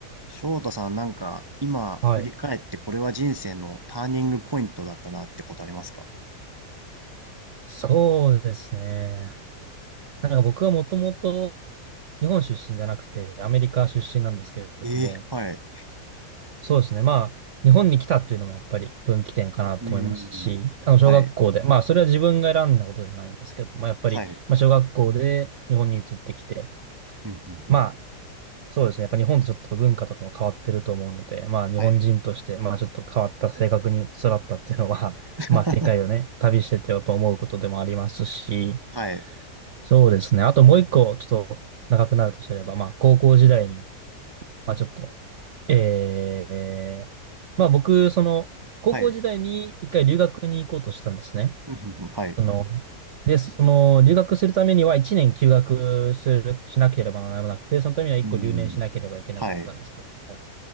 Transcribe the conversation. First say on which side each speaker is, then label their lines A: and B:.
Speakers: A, on the right; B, on the right.
A: 翔太さん、なんか、今振り返ってこれは人生のターニングポイントだったなってことありますか
B: はい。そうですね。なんか僕はもともと日本出身じゃなくてアメリカ出身なんですけれども、
A: ええはい。
B: そうですね。まあ、日本に来たっていうのもやっぱり分岐点かなと思いますし、
A: うん。
B: あの、小学校で、
A: はい。
B: まあ、それは自分が選んだことじゃないんですけども、やっぱり、
A: はい。
B: まあ、小学校で日本に移ってきて、
A: うん、うん、うんうん。
B: まあ、そうですね。やっぱ日本ってちょっと文化とかも変わってると思うので、まあ、日本人として、
A: はい。
B: まあ、ちょっと変わった性格に育ったっていうのは、
A: <laughs>
B: まあ、世界をね、旅しててやっぱ思うことでもありますし、
A: はい。
B: そうですね。あともう一個、ちょっと長くなるとすれば、まあ、高校時代に、まあ、ちょっと、えー、まあ、僕、その、高校時代に一回留学に行こうとしたんですね。
A: はい。うん、うん、うんはい。
B: その、で、その、留学するためには一年休学する、しなければならなくて、そのためには一個留年しなければいけなかったんですけども。
A: うん。はい。